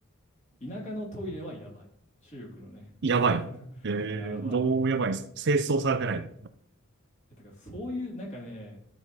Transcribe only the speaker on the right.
やばい。
え
ー、どうやばいんですか清掃されてない。